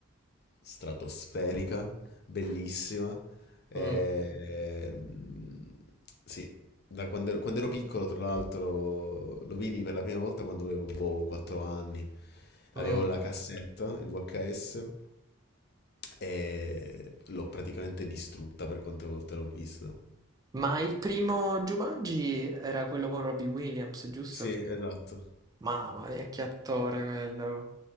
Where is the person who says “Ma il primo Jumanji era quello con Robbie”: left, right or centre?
Right